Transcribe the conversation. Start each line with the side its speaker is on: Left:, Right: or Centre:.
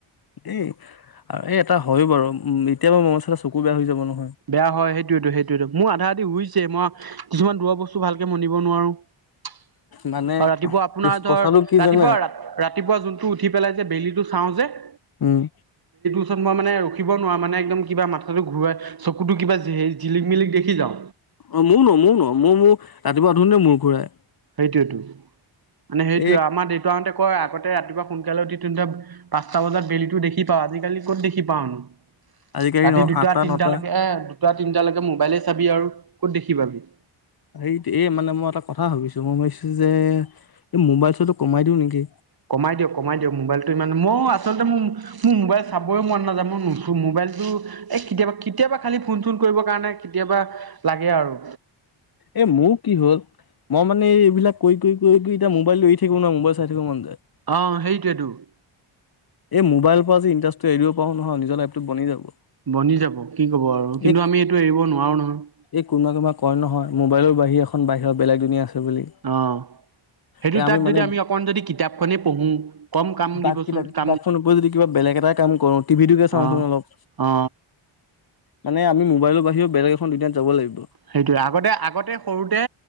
Left: এই এই এটা হয় বাৰু এতিয়া পৰা মোবাইল চালে চকু বেয়া হৈ যাব ন' ।
Right: বেয়া হয় সেইটোৱেটো, সেইটোৱেটো মোৰ আধা আধি উইচ । মই কিছুমান দূৰৰ বস্তু ভালকে মনিব নোৱাৰো। <unintelligible>
Left: মানে
Right: আৰু ৰাতিপুৱা আপোনাৰ
Left: কি
Right: ধৰ
Left: কথাটো কি
Right: ৰাতিপুৱা,
Left: জানে
Right: ৰাতিপুৱা যোনটো উঠি পেলাই যে বেলিটো। চাও যে ।
Left: উম'।
Right: তাৰপিছত মই মানে ৰখিব নোৱাৰো মানে একদম কিবা মাথাটো ঘূৰাই । চকুতো কিবা জিলিক, মিলিক দেখি যাও।
Left: অ' মোৰ নো মোৰ নো মই মোৰ ৰাতিপুৱা উঠোতে মূৰ ঘূৰাই।
Right: সেইটোৱেটো। মানে সেইটোয়ে
Left: এই
Right: আমাৰ দেউতাহঁতে কয় আগতে ৰাতিপুৱা । সোনকালে উঠিতো ইটা পাঁচটা বজাত বেলিটো দেখি পাও, আজিকালি ক'ত দেখি পাওনো ।
Left: আজিকালি
Right: ৰাতি
Left: ন
Right: দুটা,
Left: আঠটা
Right: তিনটালৈকে
Left: নটা
Right: এ দুটা, তিনটা লৈকে মোবাইলে । চাবি আৰু ক'ত দেখি পাবি।
Left: এইটো এই মানে মই এটা কথা ভাবিছো মই ভাবিছো যে এই মোবাইল চোৱাটো কমাই দিও নেকি?
Right: কমাই দিয়ক, কমাই দিয়ক মোবাইলটো ইমানো মই আচলতে মোৰ মোবাইল চাবই মন নাযায়। মই নুচো মোবাইলটো কেতিয়া কেতিয়াবা খালি ফোন চোন কৰিব কাৰণে কেতিয়াবা লাগে আৰু
Left: এ মোৰ কি হ'ল মই মানে এইবিলাক কৰি-কৰি- কৰি-কৰি এতিয়া মোবাইল এৰি থাকিব নোৱাৰো মোবাইল চাই থাকিব মন যায়।
Right: অহ সেইটোৱেটো ।
Left: এই মোবাইল পৰা যদি ইণ্টাৰেষ্টটো এৰিব পাৰো নহয় নিজৰ লাইফটো বনি যাব।
Right: বনি যাব কি ক'ব আৰু কিন্তু
Left: এই
Right: আমি এইটো এৰিব নোৱাৰো নহয় ।
Left: এই কোনোবা কোনোবা কয় নহয় মোবাইলৰ বাহিৰেও এখন বাহিৰৰ বেলেগ দুনীয়া আছে। বুলি।
Right: অ' সেইটো
Left: এ
Right: তাত যদি
Left: মানে
Right: আমি অকণ যদি কিতাপখনে পঢ়ো কম কাম দিবচোন
Left: বাক
Right: ।
Left: কিতাপ খনৰ উপৰিও যদি কিবা বেলেগ এটা কাম কৰো। টিভি তোকে চাওঁচোন
Right: অ
Left: অলপ।
Right: অ
Left: মানে, আমি মোবাইলৰ বাহিৰে বেলেগখন দুনিয়াত যাব লাগিব ।
Right: সেইটোয়ে, আগতে, আগতে সৰুতে